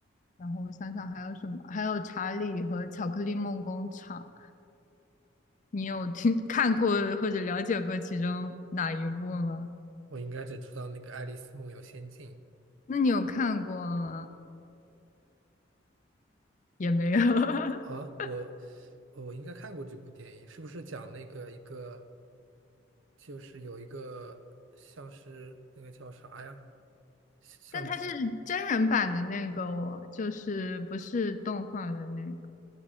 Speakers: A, on the left; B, on the right.
A: 然后我想想还有什么，还有《查理和巧克力梦工厂》。你有听 <laughs> 看过或者了解过其中哪一部吗？
B: 我应该只知道那个《爱丽丝梦游仙境》
A: 那你有看过吗？也没有，<laughs>
B: 啊？我我应该看过这部电影，是不是讲那个一个就是有一个像是那个叫啥呀？像
A: 但它是真人版的那个哦，就是不是动画的那个。